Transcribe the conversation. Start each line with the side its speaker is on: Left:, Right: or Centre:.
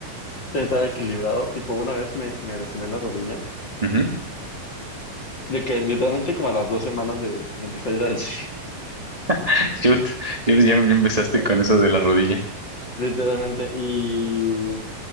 Left: estar equilibrado. Tipo, una vez me, me lesioné la rodilla.
Right: Ujú.
Left: De que literalmente como a las dos semanas de, de empezar a ir al gym. <laughs>
Right: <laughs> Shoot, yo- ya, ya empezaste
Left: Eh,
Right: con eso de la rodilla.
Left: Literalmente. Y